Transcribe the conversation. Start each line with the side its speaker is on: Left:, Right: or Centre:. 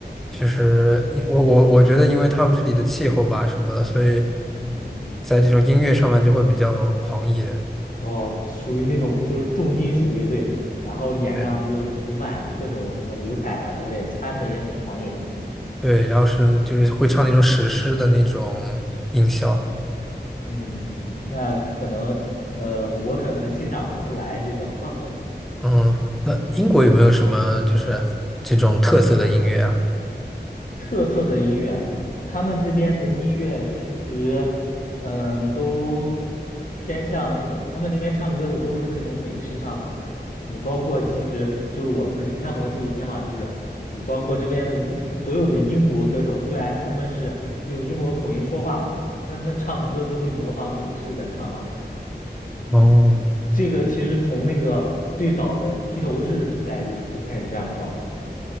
Centre: 其实因我我我觉得，因为他们这里的气候吧什么的，所以
Left: 嗯，
Centre: 在这种音乐上面就会比较狂野。
Left: 哦，属于那种就是重金属乐队，然后脸上就涂满各种什么油彩啊之类，
Centre: 对
Left: 穿的也很狂野。
Centre: 对，然后是就是会唱那种史诗的那种音效。
Left: 嗯，那可能呃，我可能欣赏不出来这种。<laughs>
Centre: 嗯，那英国有没有什么就是这种特色的音乐啊？
Left: 特色的音乐，他们这边的音乐其实，嗯，都偏向那种，他们这边唱歌的都是那种美式唱法。你包括其实就是我曾经看过纪录片嘛，就是你包括这边的英所有的英国歌手，虽然他们是用英国口音说话嘛，但他们唱歌都会模仿美式的唱法。嗯，
Centre: 哦
Left: 这个其实从那个最早的披头士时代就就开始这样搞了。